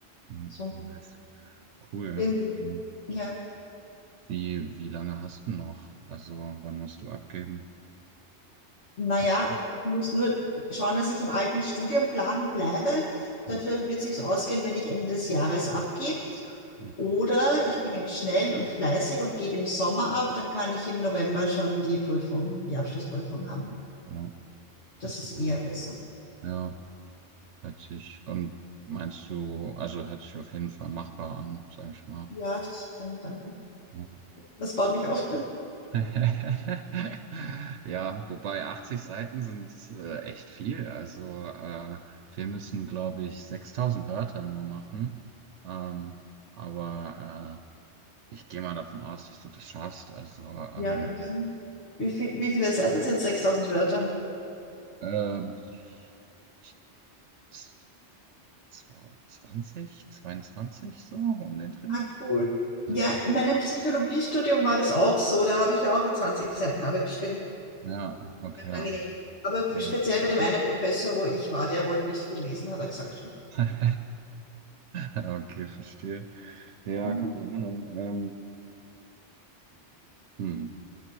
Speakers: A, on the right; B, on the left.
A: Mhm.
B: So.
A: Nice. Cool.
B: Ähm,
A: Ähm,
B: ja,
A: wie, wie lange hast du noch? Also wann musst du abgeben?
B: naja,
A: Weißt du?
B: ich muss nur schauen, dass ich im alten Studienplan bleibe. Dafür
A: Mhm.
B: wird sich's ausgehen, wenn ich Ende des Jahres abgebe.
A: Mhm.
B: Oder ich bin jetzt schnell und fleißig und gebe im Sommer ab, dann kann ich im November schon die Prüfung, die Abschlussprüfung haben.
A: Ja,
B: Das
A: das
B: ist eher
A: war,
B: besser.
A: ja, hört sich, und meinst du, also hört sich auf jeden Fall machbar an, sag ich mal.
B: Ja, das stimmt. Danke.
A: Mhm.
B: Das baut mich auf.
A: <laughs> Ja, wobei 80 Seiten sind äh, echt viel. Also äh, wir müssen, glaube ich, 6000 Wörter nur machen. Ähm, aber äh, ich gehe mal davon aus, dass du das schaffst. Also ähm,
B: Ja, danke. Wie viel, wie viele Seiten sind 6000 Wörter?
A: ähm, ich, z- zwa- 20, 22 so um den Dreh.
B: Ah, cool.
A: Also,
B: Ja, in meinem Psychologiestudium war das auch so. Da habe ich ja auch 20 Seiten Arbeit geschrieben.
A: ja, okay.
B: Ganz angenehm. Aber
A: Ja.
B: speziell bei dem einen Professor, wo ich war, der wollte nicht viel lesen, hat er gesagt.
A: <laughs> Okay, verstehe. Ja,
B: Mhm.
A: keine Ahnung. Ähm, hm.